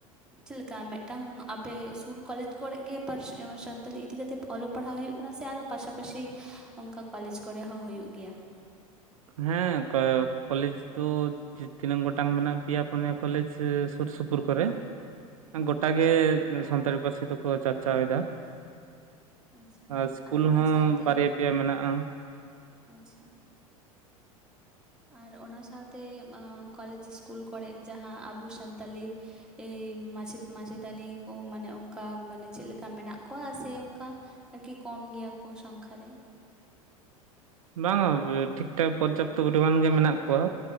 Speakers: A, in the centre; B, on the right.
A: ᱪᱮᱫ ᱞᱮᱠᱟ ᱢᱤᱫᱴᱟᱝ ᱟᱯᱮ ᱥᱩᱨ ᱠᱚᱞᱮᱡᱽ ᱠᱚᱨᱮ ᱜᱮ ᱯᱟᱹᱨᱥᱤ ᱥᱟᱱᱛᱟᱞᱤ ᱤᱫᱤ ᱠᱟᱛᱮᱫ ᱯᱮ ᱚᱞᱚᱜ ᱯᱟᱲᱦᱟᱣ ᱦᱩᱭᱩᱜ ᱠᱟᱱᱟ ᱥᱮ ᱟᱨᱚ ᱯᱟᱥᱟᱯᱟᱥᱤ ᱚᱱᱠᱟ ᱠᱚᱞᱮᱡᱽ ᱠᱚᱨᱮ ᱦᱚᱸ ᱦᱩᱭᱩᱜ ᱜᱮᱭᱟ ᱾
B: ᱦᱮᱸ ᱠᱚᱞᱮᱡᱽ ᱫᱚ ᱛᱤᱱᱟᱹᱝ ᱜᱚᱴᱟᱝ ᱢᱮᱱᱟᱜᱼᱟ ᱯᱮᱭᱟ ᱯᱩᱱᱭᱟ ᱠᱚᱞᱮᱡᱽ ᱥᱩᱨ ᱥᱩᱯᱩᱨ ᱠᱚᱨᱮ
A: ᱦᱩᱸ
B: ᱜᱚᱴᱟ ᱜᱮ ᱥᱟᱱᱛᱟᱲᱤ ᱯᱟᱹᱨᱥᱤ ᱛᱮᱠᱚ ᱪᱟᱨᱪᱟᱣ ᱮᱫᱟ
A: ᱟᱪᱪᱷᱟ
B: ᱤᱥᱠᱩᱞ
A: ᱟᱨ ᱚᱱᱟ
B: ᱦᱚᱸ
A: ᱥᱟᱶᱛᱮ
B: ᱵᱟᱨᱭᱟ ᱯᱮᱭᱟ ᱢᱮᱱᱟᱜᱼᱟ
A: ᱢᱮᱱᱟᱜᱼᱟ ᱟᱪᱪᱷᱟ ᱟᱨ ᱚᱱᱟ ᱥᱟᱶᱛᱮ ᱠᱚᱞᱮᱡᱽ ᱥᱠᱩᱞ ᱠᱚᱨᱮᱜ ᱡᱟᱦᱟᱸ ᱟᱵᱚ ᱥᱟᱱᱛᱟᱞᱤ ᱮᱭ ᱢᱟᱪᱮᱫ ᱢᱟᱪᱮᱛᱟᱹᱱᱤ ᱠᱚ ᱢᱟᱱᱮ ᱚᱱᱠᱟ ᱢᱟᱱᱮ ᱪᱮᱫ ᱞᱮᱠᱟ ᱢᱮᱱᱟᱜ ᱠᱚᱣᱟ ᱥᱮ ᱚᱱᱠᱟ ᱟᱨᱠᱤ ᱠᱚᱢ ᱜᱮᱭᱟ ᱠᱚ ᱥᱚᱝᱠᱷᱟ ᱨᱮ
B: ᱵᱟᱝᱼᱟ ᱴᱷᱤᱠ ᱴᱷᱟᱠ ᱯᱚᱨᱡᱟᱯᱛᱚ ᱯᱚᱨᱤᱢᱟᱱ ᱜᱮ ᱢᱮᱱᱟᱜ ᱠᱚᱣᱟ